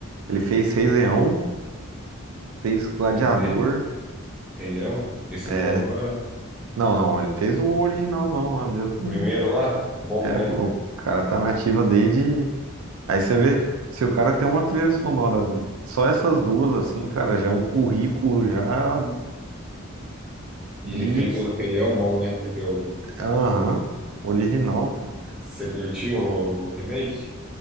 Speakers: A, on the right; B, in the centre.
A: Ele fez Rei Leão, fez Gladiador.
B: Fez o quê? Rei Leão? Esse
A: É.
B: novo agora?
A: Não, não. Ele fez o originalzão lá mesmo.
B: O primeiro lá? O bom,
A: É,
B: né?
A: pô, o cara tá nativa desde. Aí você vê, se o cara tem uma trilha sonora, só essas duas, assim, cara, já é um currículo já de.
B: E ele fez o Rei Leão bom, né? Porque o.
A: Aham, original, cara.
B: Você curtiu o remake?